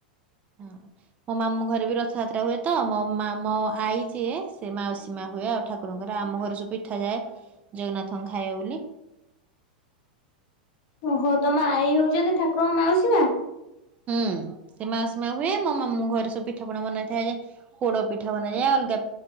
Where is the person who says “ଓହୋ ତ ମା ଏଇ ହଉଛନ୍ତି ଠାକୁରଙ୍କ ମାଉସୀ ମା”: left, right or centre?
Left